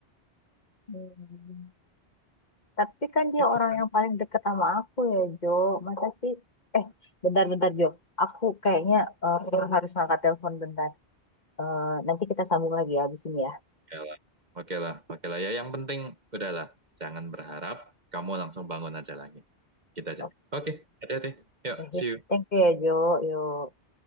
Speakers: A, on the left; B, on the right.
A: hmm. Tapi kan dia
B: Gitu
A: orang
B: kan?
A: yang paling deket sama aku ya, Jo. Masa sih? Eh, bentar-bentar, Jo. Aku kayaknya eh, harus ngangkat telepon bentar. Eh, nanti kita sambung lagi ya habis ini ya.
B: Oke lah, oke lah, oke lah. Ya yang penting udahlah, jangan berharap kamu langsung bangun aja lagi. Kita aja.
A: Oke,
B: Oke, hati-hati. Yuk,
A: Oke.
B: see you.
A: Thank you ya, Jo. Yuk.